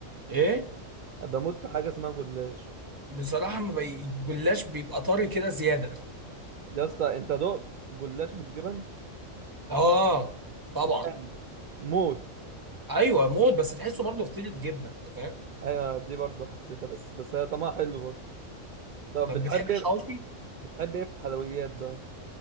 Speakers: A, on the right; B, on the right.
A: ايه
B: بموت في حاجه اسمها جلاش
A: بصراحه ما بي... الجلاش بيبقى طري كده زياده
B: يا اسطى انت دقت جلاش بالجبن
A: اه طبعا
B: جامد موت
A: ايوه موت بس تحسه برضه فطيره جبنه انت فاهم
B: ايوه دي برضو حسيتها بس بس هي طعمها حلو برضو طب
A: طب
B: بتحب
A: بتحب
B: ايه
A: الحواوشي
B: بتحب ايه في الحلويات بقى